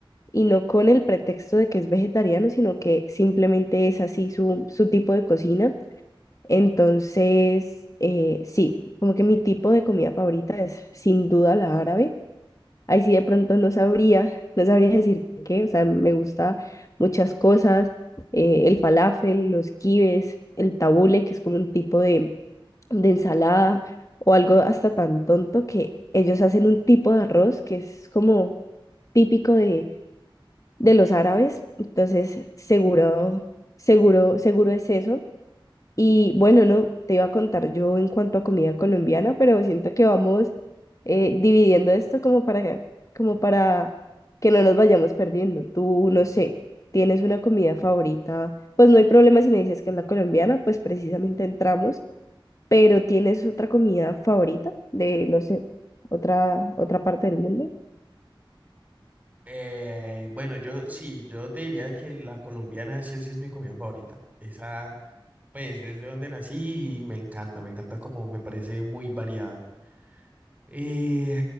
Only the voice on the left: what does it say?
y no con el pretexto de que es vegetariano, sino que simplemente es así su, su tipo de cocina. Entonces, eh, sí, como que mi tipo de comida favorita es sin duda la árabe. Ahí sí de pronto no sabría, <laughs> no sabría decir qué, o sea, me gusta muchas cosas, eh, el falafel, los kibes, el tabule, que es como un tipo de, de ensalada, o algo hasta tan tonto que ellos hacen un tipo de arroz que es como típico de de los árabes, entonces seguro, seguro, seguro es eso. Y bueno, no, te iba a contar yo en cuanto a comida colombiana, pero siento que vamos eh, dividiendo esto como para que, como para que no nos vayamos perdiendo. Tú, no sé, tienes una comida favorita, pues no hay problema si me dices que es la colombiana, pues precisamente entramos, pero tienes otra comida favorita de, no sé, otra, otra parte del mundo.